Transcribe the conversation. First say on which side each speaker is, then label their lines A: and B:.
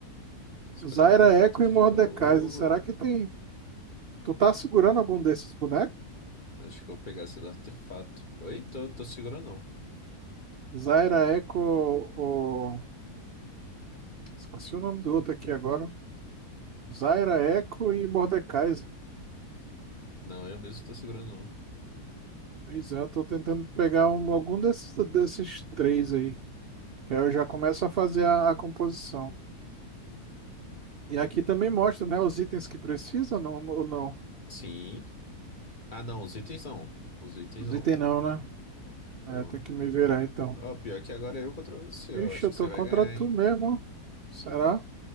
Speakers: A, on the left (about 35°); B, on the right (about 65°).
A: Escolhi
B: Zaira
A: um artefato
B: Echo
A: que
B: e Mordekaiser.
A: gera ouro.
B: Será que tem. Tu tá segurando algum desses bonecos?
A: Acho que eu vou pegar esse do artefato. Oi, tô, tô segurando não.
B: Zaira Echo ou. Esqueci o nome do outro aqui agora. Zaira Echo e Mordekaiser.
A: Não, eu mesmo tô segurando não.
B: Pois é, eu tô tentando pegar um- algum desses, desses três aí. Que aí eu já começo a fazer a, a composição. E aqui também mostra, né? Os itens que precisa não, ou não.
A: Sim. Ah, não, os itens não. Os itens
B: Os
A: não.
B: itens não, né?
A: Não.
B: É, tem que me virar então.
A: Ó, pior que agora é eu contra você,
B: Ixi,
A: ó. Acho
B: eu
A: que
B: tô
A: você vai
B: contra
A: ganhar,
B: tu
A: hein?
B: mesmo. Será?